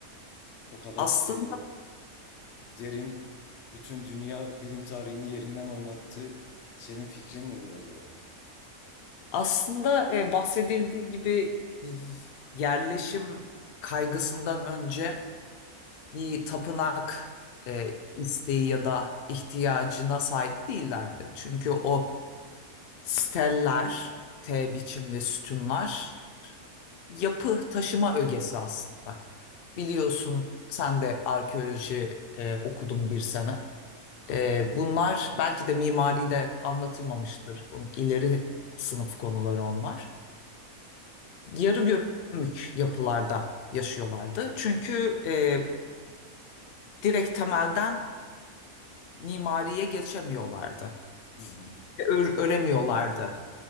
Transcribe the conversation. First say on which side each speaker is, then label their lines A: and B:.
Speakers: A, on the left; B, on the left.
A: O kadar
B: Aslında
A: e, derin bütün dünya bilim tarihini yerinden oynattı. Senin fikrin nedir acaba?
B: aslında e, bahsedildiği gibi yerleşim kaygısından önce bir tapınak e, isteği ya da ihtiyacına sahip değillerdi. Çünkü o steller, T biçimli sütunlar yapı taşıma ögesi aslında. Biliyorsun sen de arkeoloji e, okudun bir sene. E, bunlar belki de mimari de anlatılmamıştır. Bu ileri sınıf konuları onlar. yarı gömük yapılarda yaşıyorlardı. Çünkü e, direkt temelden mimariye geçemiyorlardı.
A: Hı hı.
B: Ö- öremiyorlardı